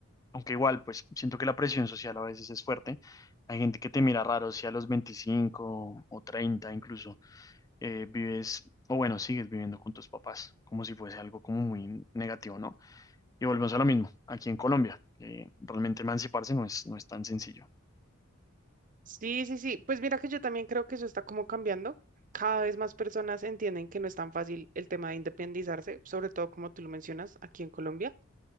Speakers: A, on the left; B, on the right.
A: Aunque igual, pues siento que la presión social a veces es fuerte. Hay gente que te mira raro si a los 25 o 30 incluso eh, vives, o bueno, sigues viviendo con tus papás, como si fuese algo como muy negativo, ¿no? Y volvemos a lo mismo, aquí en Colombia, eh, realmente emanciparse no es, no es tan sencillo.
B: Sí, sí, sí. Pues mira que yo también creo que eso está como cambiando. Cada vez más personas entienden que no es tan fácil el tema de independizarse, sobre todo como tú lo mencionas aquí en Colombia,